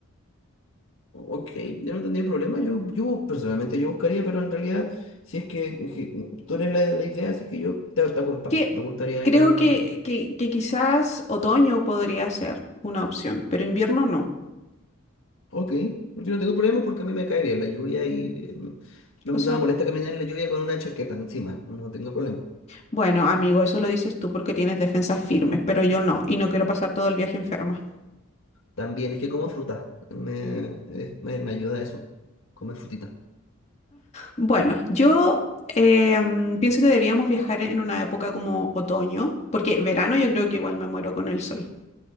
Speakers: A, on the left; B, on the left.
A: Ok, yo no tendría problema. Yo, yo personalmente yo buscaría, pero en realidad, si es que, que tú eres la, la idea, así que yo te, te acompaño.
B: Que
A: Me gustaría
B: creo
A: ir a.
B: que, que, que quizás otoño podría ser una opción, pero invierno no.
A: Ok, yo no tengo problemas porque a mí me cae bien la lluvia y eh, no,
B: O
A: no
B: sea,
A: me molesta caminar en la lluvia con una chaqueta encima. No tengo problema.
B: bueno, amigo, eso lo dices tú porque tienes defensas firmes, pero yo no, y no quiero pasar todo el viaje enferma.
A: También es que como fruta, me, eh, me, me ayuda eso, comer frutita.
B: Bueno, yo em, pienso que deberíamos viajar en una época como otoño, porque verano yo creo que igual me muero con el sol.